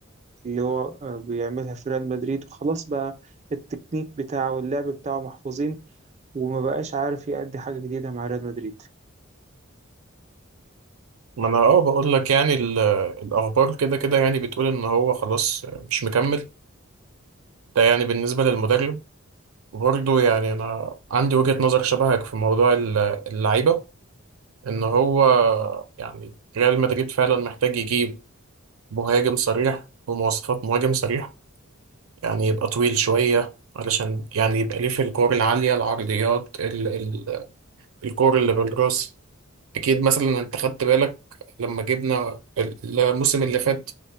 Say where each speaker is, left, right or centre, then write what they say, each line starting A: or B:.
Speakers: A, on the right; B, on the right.
A: اللي هو آه، بيعملها في ريال مدريد وخلاص بقى التكنيك بتاعه واللعب بتاعه محفوظين وما بقاش عارف يأدي حاجة جديدة مع ريال مدريد
B: ما انا اه بقول لك يعني ال- الاخبار كده كده يعني بتقول ان هو خلاص مش مكمل ده يعني بالنسبه للمدرب وبرضه يعني انا عندي وجهه نظر شبهك في موضوع ال- اللعيبه ان هو يعني ريال مدريد فعلا محتاج يجيب مهاجم صريح بمواصفات مهاجم صريح يعني يبقى طويل شويه علشان يعني يبقى ليه في الكور العاليه العرضيات ال ال الكور اللي بالراس اكيد مثلا انت خدت بالك لما جبنا الموسم اللي فات